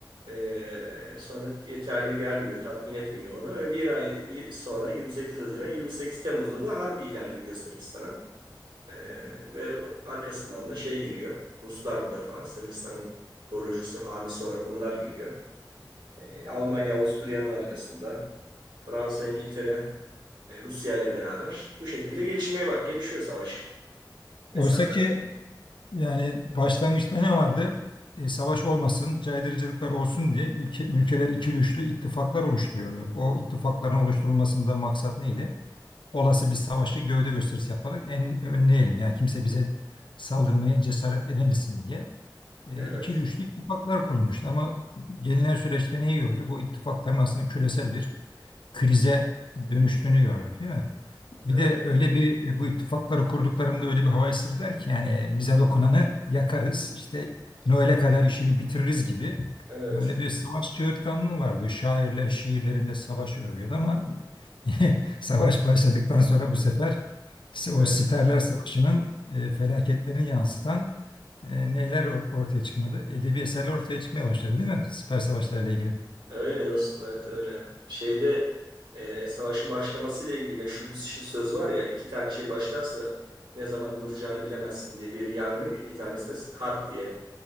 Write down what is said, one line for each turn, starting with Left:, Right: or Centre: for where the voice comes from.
Right: Ee, sonra yeterli gelmiyor, tatmin etmiyor onu. Ve bir ay bir sonra 28 Haziran, 28 Temmuz'da da harp ilan ediyor Sırbistan'a. Ee, ve arkasından da şey giriyor. Ruslar bu defa Sırbistan'ın koruyucusu, hamisi olarak onlar giriyor. Ee, Almanya, Avusturya'nın arkasında. Fransa, İngiltere, e, Rusya ile beraber bu şekilde gelişmeye ba- gelişiyor savaş. Esas
Left: Oysa ki Yani başlangıçta ne vardı? E, savaş olmasın, caydırıcılıklar olsun diye ülke, ülkeler ikili üçlü ittifaklar oluşturuyordu. O ittifakların oluşturulmasında maksat neydi? Olası bir savaşı gövde gösterisi yaparak en, önleyelim. Yani kimse bize saldırmaya cesaret edemesin diye. E,
Right: evet,
Left: ikili üçlü ittifaklar kurulmuştu. Ama gelinen süreçte neyi gördük? O ittifakların aslında küresel bir krize dönüştüğünü gördük, değil mi? Bir
Right: evet,
Left: de öyle bir e, bu ittifakları kurduklarında öyle bir hava estirdiler ki yani bize dokunanı yakarız işte Noel'e kadar işini bitiririz gibi
Right: evet.
Left: böyle bir savaş çığırtkanlığı vardı. Şairler şiirlerinde savaşı övüyordu ama <laughs> savaş başladıktan sonra bu sefer se- o
Right: evet.
Left: siperler savaşının e, felaketlerini yansıtan e, neler or- ortaya çıkmadı? Edebi eserler ortaya çıkmaya başladı değil mi? Siper savaşlarıyla ilgili.
Right: Öyle dostum evet öyle. Şeyde e, savaşın başlamasıyla ilgili meşhur bir şi- söz var ya iki tane şey başlarsa ne zaman duracağını bilemezsin diye bir yangın bir tanesi de harp diye.